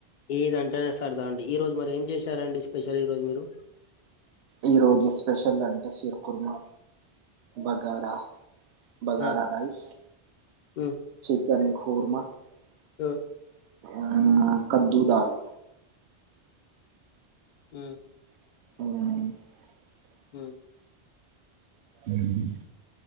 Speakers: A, on the left (about 55°); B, on the right (about 75°).
A: ఈద్ అంటే సరదా అండి, ఈ రోజ్ మరి. ఏం చేశారండి, స్పెషల్ ఈ రోజ్ మీరు.
B: ఈరోజు స్పెషల్ అంటే షీర్ కుర్మా. బగారా, బగారా
A: ఆ
B: రైస్,
A: ఉమ్
B: చికెన్ కుర్మా. ఆ.
A: ఉమ్
B: కద్దు దాల్.
A: హ్మ్.
B: <unintelligible>
A: హ్మ్.
B: హుమ్మ్.